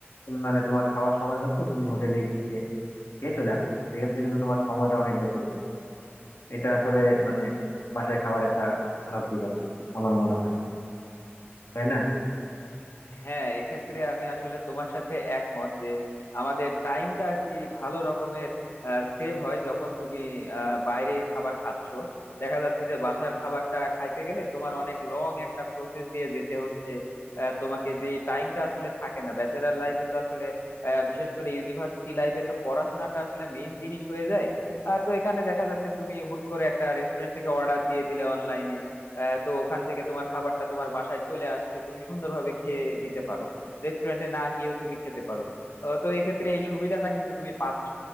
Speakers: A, on the left; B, on the left.
A: উম, মানে তোমার খাওয়ার সময় হচ্ছে তুমি হোটেলে গিয়ে খেয়ে চলে আসতেছো সেক্ষেত্রে কিন্তু তোমার সময়টা অনেক বেঁচে যায় এটা আসলে মানে বাসায় খাওয়ার একটা মানে খারাপ দিক আর কি আমার মনে হয় তাই না
B: হ্যাঁ এক্ষেত্রে আমি আসলে তোমার সাথে একমত যে আমাদের টাইমটা আর কি ভালো রকমের সেভ হয় যখন তুমি আহ, বাইরে খাবার খাচ্ছো দেখা যাচ্ছে যে বাসার খাবারটা খাইতে গেলে তোমার অনেক লং একটা প্রসেস দিয়ে যেতে হচ্ছে আহ, তোমাকে যেই টাইমটা আসলে থাকে না ব্যাচেলার লাইফে তো আসলে আহ, বিশেষ করে ইউনিভার্সিটি লাইফে তো পড়াশোনাটা আসলে মেইন জিনিস হয়ে যায় আহ, তো এখানে দেখা যাচ্ছে তুমি হুট করে একটা রেস্টুরেন্ট থেকে অর্ডার দিয়ে দিলে অনলাইনে আহ, তো ওখান থেকে তোমার খাবারটা তোমার বাসায় চলে আসছে তুমি সুন্দরভাবে খেয়ে নিতে পারো রেস্টুরেন্টে না গিয়েও তুমি খেতে পারো আহ, তো এক্ষেত্রে এই সুবিধাটা কিন্তু তুমি পাচ্ছ